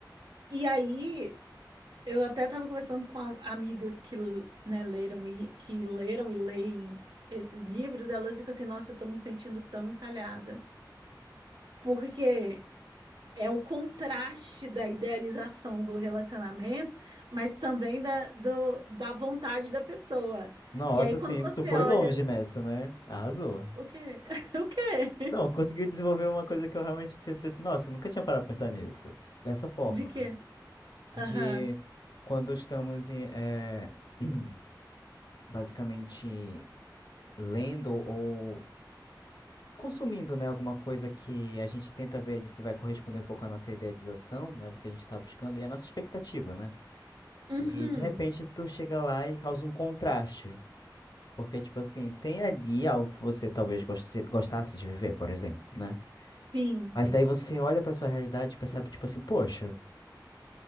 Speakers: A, on the right (about 75°); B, on the left (about 65°).
A: E aí, eu até estava conversando com a- amigas que, né, leram e, que leram e leem esses livros, elas ficam assim, nossa, eu tô me sentindo tão encalhada. Porque é o contraste da idealização do relacionamento, mas também da, do, da vontade da pessoa.
B: Nossa,
A: E aí, quando
B: assim,
A: você
B: tu foi
A: olha
B: longe nessa, né? Arrasou.
A: O quê? <laughs> O quê?
B: Não, conseguiu desenvolver uma coisa que eu realmente pensei assim, nossa, eu nunca tinha parado pra pensar nisso. Dessa forma,
A: De quê?
B: né? De
A: Aham.
B: quando estamos em, eh, <clears throat> basicamente lendo ou consumindo, né, alguma coisa que a gente tenta ver de se vai corresponder um pouco à nossa idealização, né, do que a gente está buscando e à nossa expectativa, né?
A: Uhum.
B: E de repente tu chega lá e causa um contraste. Porque, tipo assim, tem ali algo que você talvez goste- gostasse de viver, por exemplo, né?
A: Sim,
B: Mas
A: sim.
B: daí você olha pra sua realidade e percebe, tipo assim, poxa,